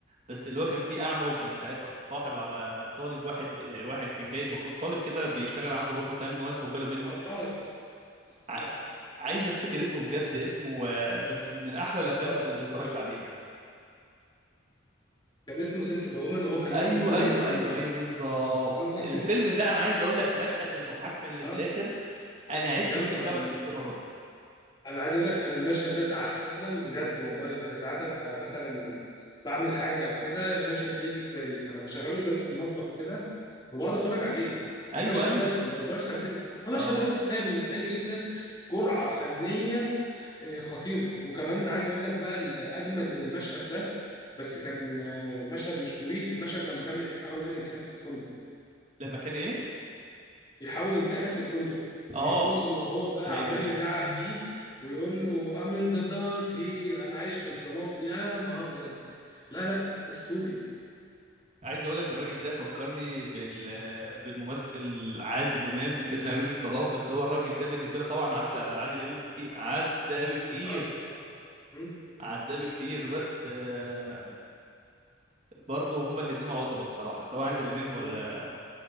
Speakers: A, on the right; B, on the left.
A: بس اللي هو كان فيه اعمى وكان ساعتها اتصاحب على طالب واحد آه، واحد كان جاي المفروض طالب كده بيشتغل عنده بارت تايم ان هو ياخد باله منه
B: اه
A: ع-
B: اه
A: عايز افتكر اسمه بجد اسمه آه، بس من احلى الافلام
B: اه
A: اللي اتفرجت
B: ايوه
A: عليها
B: كان اسمه سنت اوف وومن وهو كان
A: ايوه
B: اسمه كولينر
A: ايوه
B: ساندرز
A: ايوه ايوه بالظبط
B: اه <laughs>
A: الفيلم ده انا عايز اقول لك مشهد المحاكمه اللي
B: اه
A: في الاخر انا عدت
B: يا
A: يمكن
B: نهار
A: خمس
B: ابيض
A: ست مرات
B: انا عايز اقول لك انا المشهد ده ساعات اصلا بجد والله انا ساعات ابقى مثلا بعمل حاجه او كده المشهد ده يجي في بالي انا بشغله قدامي في المطبخ كده وبقعد اتفرج عليه
A: ايوه
B: مشهد
A: ايوه
B: بس ما بتفرجش على الفيلم هو المشهد
A: اه
B: ده بس كفايه بالنسبه لي جدا جرعه فنيه إيه، خطيره وكمان عايز اقول لك بقى الاجمد من المشهد ده بس كان آه، مشهد مش طويل المشهد لما كان بيحاول ينتحر في الفندق
A: لما كان ايه
B: بيحاول ينتحر في الفندق
A: اه
B: بيقول له هو بقى
A: ايوه
B: عمال
A: ايوه
B: يزعق
A: ايوه
B: فيه ويقول له I'm in the dark here انا عايش في الظلام يا نهار ابيض لا لا اسطوري
A: عايز اقول لك الراجل ده فكرني بال بالممثل عادل امام في فيلم امير الظلام بس هو الراجل ده بالنسبه لي طبعا عدى عادل امام بكتير عدى بكتير
B: اه اه مم.
A: عدى بكتير بس آه، برضه هما الاثنين عظمه الصراحه سواء عادل امام ولا
B: مم.